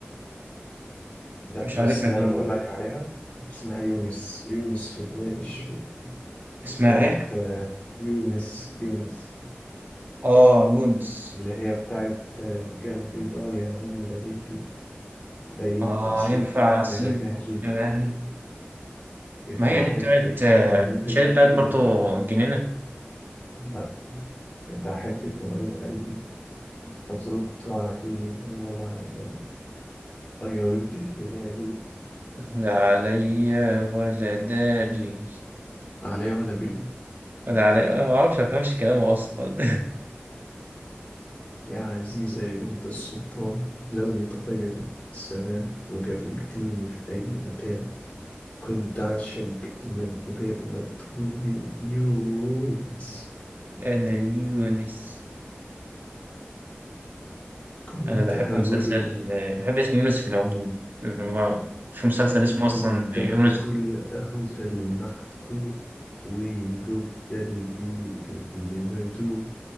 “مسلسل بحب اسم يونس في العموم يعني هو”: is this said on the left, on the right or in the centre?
Right